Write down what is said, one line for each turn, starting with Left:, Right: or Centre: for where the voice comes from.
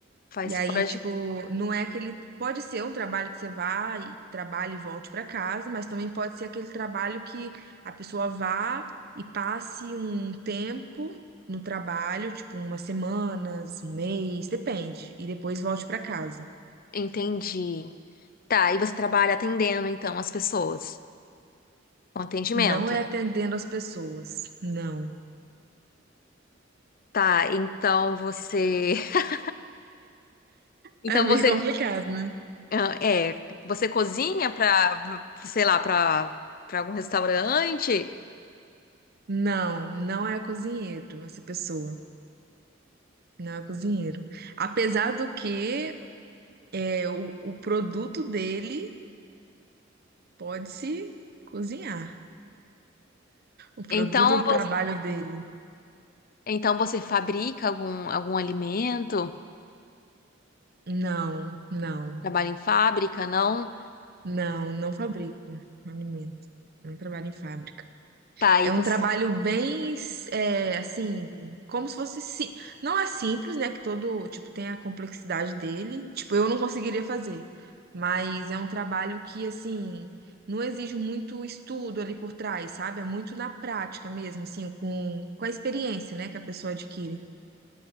Left: Faz
Right: E aí,
Left: fora de.
Right: tipo, não é aquele. Pode ser um trabalho que você vá e trabalhe e volte para casa, mas também pode ser aquele trabalho que a pessoa vá e passe um tempo no trabalho, tipo, umas semanas, um mês, depende, e depois volte para casa.
Left: Entendi. Tá, e você trabalha atendendo então as pessoas com atendimento.
Right: Não é atendendo as pessoas, não.
Left: Tá, então você. <laughs> Então
Right: É meio
Left: você
Right: complicado, né?
Left: Ah, É, você cozinha para, sei lá, para para algum restaurante?
Right: Não, não é cozinheiro essa pessoa. Não é cozinheiro. Apesar do que é, o, o produto dele Pode-se cozinhar. O
Left: Então,
Right: produto do
Left: vo-
Right: Aí trabalho fábrica. dele.
Left: então você fabrica algum algum alimento?
Right: Não, não,
Left: Trabalha em fábrica, não?
Right: não, não fabrico alimento. Não trabalho em fábrica.
Left: Tá, aí
Right: É
Left: você
Right: um trabalho bem, é, assim, como se fosse, sim, não é simples, né? Que todo, tipo, tem a complexidade dele. Tipo, eu não conseguiria fazer. Mas é um trabalho que, assim, não exige muito estudo ali por trás, sabe? É muito na prática mesmo, assim, com, com a experiência, né? Que a pessoa adquire.